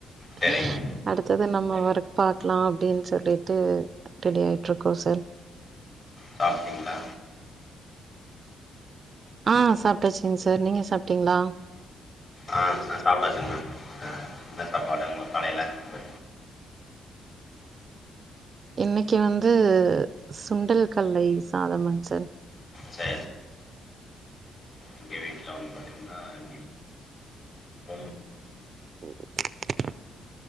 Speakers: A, on the left; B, on the right.
A: சரிங்க
B: இஸ் அடுத்தது நம்ம ஒர்க் பாகலாம் அப்டின்னு சொல்லிட்டு ரெடிஆயிட்டு இருக்கோம் சார்
A: சாப்டீங்ளா
B: ஆஹ் சாப்டச்சுங்கசார் நீங்க சாப்டீங்ளா
A: ஆஹ் சாப்டாச்சுங்மா ஆஹ் என்ன சாப்பாடு உங்க கடயில இந்த
B: இன்னைக்கு வந்து சுண்டல் கடலையும் சாதமண் சார்
A: ஜா எங்க வீட்ல வந்து <inaudible>
B: கும் ச்